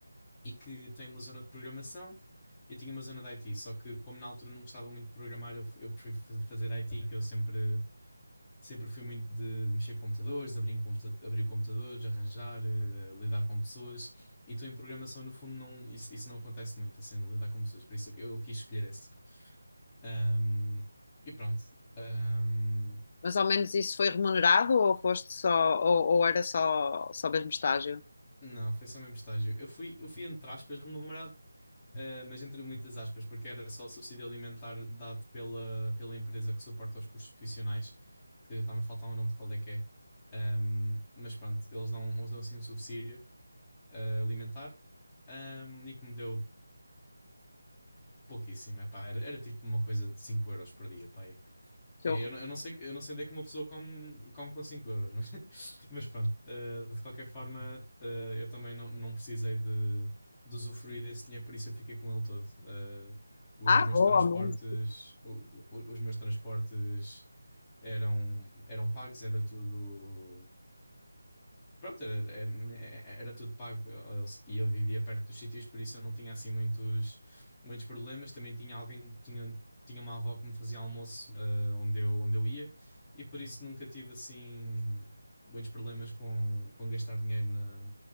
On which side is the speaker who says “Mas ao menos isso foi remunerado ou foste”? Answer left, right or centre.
Left